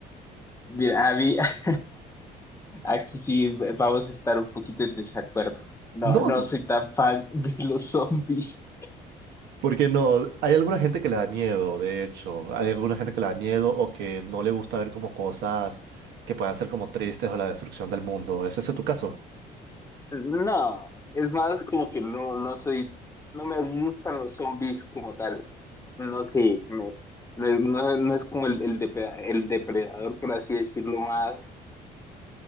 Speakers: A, on the left; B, on the right.
A: Mira, a mí- <laughs> aquí sí vamos a estar un poquito en desacuerdo. No,
B: No.
A: no soy tan fan <laughs> de los zombies.
B: Porque no, hay alguna gente que le da miedo, de hecho, hay alguna gente que le da miedo o que no le gusta ver como cosas que puedan ser como tristes o la destrucción del mundo. ¿Es ese tu caso? <laughs>
A: No, es más como que no, no soy, no me gustan los zombies como tal. No sé, no, no, es no- no es como el, el, depe- el depredador, por así decirlo, más